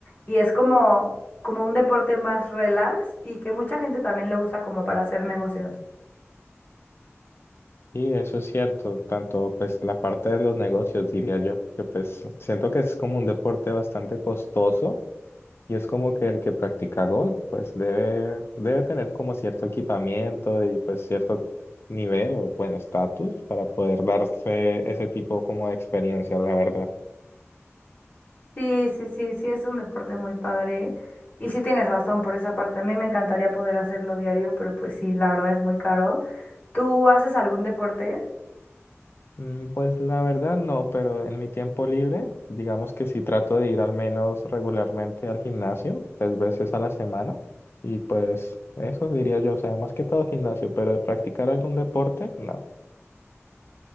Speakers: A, on the left (about 40°); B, on the left (about 55°).
A: Y es como, como un deporte más relax y que mucha gente también lo usa como para hacer negocios.
B: Y eso es cierto, tanto pues la parte de los negocios diría yo, porque pues siento que es como un deporte bastante costoso Y es como que el que practica golf, pues debe, debe tener como cierto equipamiento y pues cierto nivel o bueno, estatus para poder darse ese tipo como de experiencia la verdad.
A: Sí, sí, sí, sí, es un deporte muy padre. Y sí tienes razón por esa parte. A mí me encantaría poder hacerlo diario, pero pues sí, la verdad es muy caro. ¿Tú haces algún deporte?
B: Mm, Pues la verdad no, pero en mi tiempo libre, digamos que sí trato de ir al menos regularmente al gimnasio, tres veces a la semana. Y pues eso diría yo, o sea, más que todo gimnasio, pero de practicar algún deporte, no.